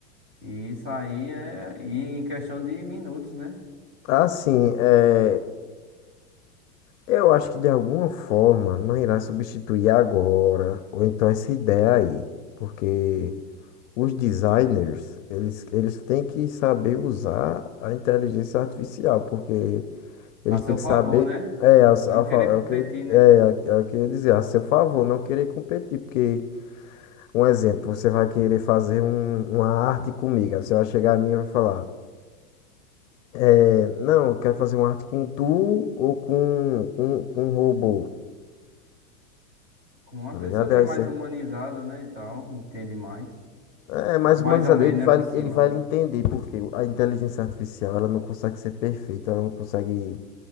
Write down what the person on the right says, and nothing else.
E isso aí é e em questão de minutos, né?
A seu
favor,
né?
Não querer
competir,
né?
Com uma
pessoa
que
é mais
humanizada, né? E tal, entende mais.
Mais
ou menos,
né?
Por cima.